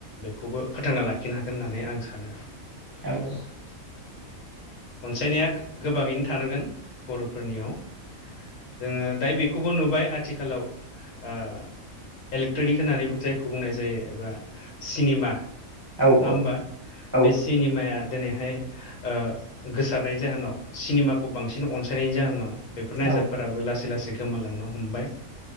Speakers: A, on the left; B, on the right.
A: बेखौबो फोथांना लाखिनो हागोन होननानै आं सानो।
B: औ
A: अनसायनाया गोबाङैनो थानांगोन बर'फोरनियाव। जोंङो दायो बेखौबो नुबाय आथिखालाव ओ इलेक्ट्र'निक होननानै जायखौ बुंनाय जायो एबा सिनेमा नंङा
B: औ
A: होनबा
B: औ
A: बे सिनेमाया दिनैहाय ओ गोसारनायनि जाहोनाव सिनेमाखौ बांसिन अनसायनायनि जाहोनाव बेफोर नायजाबफोर
B: औ
A: लासै लासै गोमालांनो हमबाय